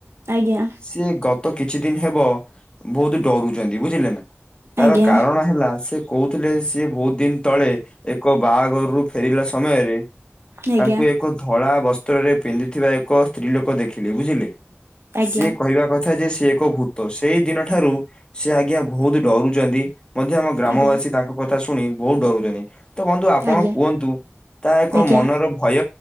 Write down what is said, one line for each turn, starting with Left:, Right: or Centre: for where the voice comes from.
Right: ଆଜ୍ଞା।
Left: ସିଏ ଗତ କିଛି ଦିନ ହେବ ବହୁତ ଡରୁଛନ୍ତି ବୁଝିଲେ ନା? ତାର
Right: ଆଜ୍ଞା
Left: କାରଣ ହେଲା ସେ କହୁଥିଲେ ସି ବହୁତ ଦିନ ତଳେ ଏକ ବାହାଘରରୁ ଫେରିଲା ସମୟରେ
Right: ଆଜ୍ଞା
Left: ତାଙ୍କୁ ଏକ ଧଳା ବସ୍ତ୍ରରେ ପିନ୍ଧୁଥିବା ଏକ ସ୍ତ୍ରୀ ଲୋକ ଦେଖିଲେ ବୁଝିଲେ।
Right: ଆଜ୍ଞା।
Left: ସିଏ କଥା ଯେ ସିଏ ଏକ ଭୂତ ସେଇ ଦିନ ଠାରୁ ସେ ଆଜ୍ଞା ବହୁତ ଡରୁଛନ୍ତି ମଧ୍ୟ ଆମ ଗ୍ରାମବାସୀ
Right: ଆଜ୍ଞା
Left: ତାଙ୍କ କଥା ଶୁଣି ବହୁତ ଡରୁଛନ୍ତି ତ ବନ୍ଧୁ ଆପଣ
Right: ଆଜ୍ଞା
Left: କୁହନ୍ତୁ ତା ଏକ
Right: ଆଜ୍ଞା
Left: ମନର ଭୟ